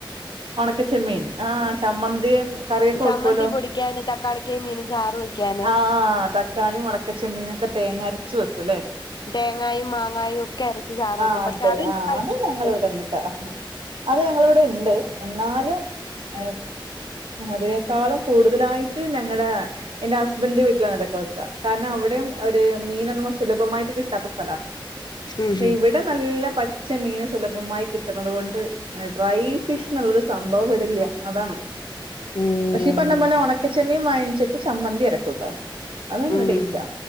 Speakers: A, on the right (about 80°); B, on the left (about 55°).
A: ഒണക്കച്ചെമ്മീൻ ആഹ് ചമ്മന്തിയും കറിയൊക്കെ
B: ചമ്മന്തി
A: വെക്കൂവല്ലോ
B: പൊടിക്കാന് തക്കാളിക്കായും മീനും ചാറ് വെക്കാന്
A: ആഹ് ത ക്കാളിയും ഒണക്ക ചെമ്മീനൊക്കെ തേങ്ങ അരച്ച് വെക്കും അല്ലേ
B: തേങ്ങായും മാങ്ങായും ഒക്കെ അരച്ച് ചാറ്
A: ആഹ്
B: വെക്കും പക്ഷെ
A: അതെ
B: അതെനിക്ക്
A: ആഹ്
B: ഭയങ്കര
A: അത് ഞങ്ങളെ
B: ഇഷ്ടവാ
A: ഇവിടെന്നിട്ടാ അത് ഞങ്ങളിവിടെണ്ട് എന്നാലും അ അതിനേക്കാളും കൂടുതലായിട്ട് ഞങ്ങടെ എന്റെ ഹസ്ബന്റിന്റെ വീട്ടിലാണ് ഇതക്കെ വെക്ക കാരണം അവിടെയും ഒരു മീനൊന്നും സുലഭമായിട്ട് കിട്ടാത്ത സ്ഥലവ
B: ഉം
A: പക്ഷെ ഇവടെ നല്ല പ പച്ച മീന് സുലഭമായി കിട്ടുന്നത് കൊണ്ട് ഡ്രൈ ഫിഷ് എന്നുള്ളൊരു സംഭവം ഇവിടില്ല അതാണ്
B: ഉം
A: പക്ഷെ
B: ഉം
A: ഇപ്പം നമ്മള് ഉണക്ക ചെമ്മീൻ വാങ്ങിച്ചിട്ട് ചമ്മന്തി അരക്കൂട്ടോ അത് നല്ല
B: ഉം
A: ടേസ്റ്റാ
B: ഉം.